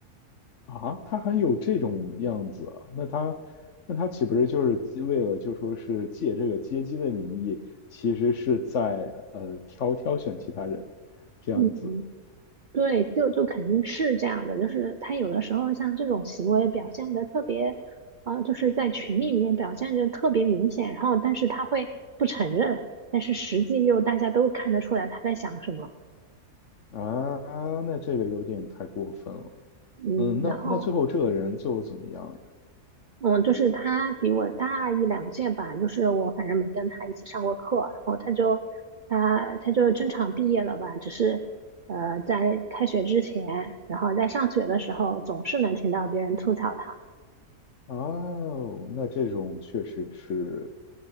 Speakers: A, on the left; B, on the right.
A: 啊？他还有这种样子啊？那他那他岂不是就是为了就说是借这个接机的名义，其实是在呃挑挑选其他人这样子
B: 嗯，对，就就肯定是这样的，就是他有的时候像这种行为表现的特别，啊、就是在群里面表现的特别明显，然后但是他会不承认，但是实际又大家都看得出来他在想什么。
A: 啊？那这个有点太过分了。
B: 嗯，
A: 嗯，那那最后这个人最后怎么样？
B: 然后。嗯，就是他比我大一两届吧，就是我反正没跟他一起上过课，然后他就他他就正常毕业了吧，只是呃在开学之前，然后在上学的时候总是能听到别人吐槽他。
A: 哦，那这种确实是，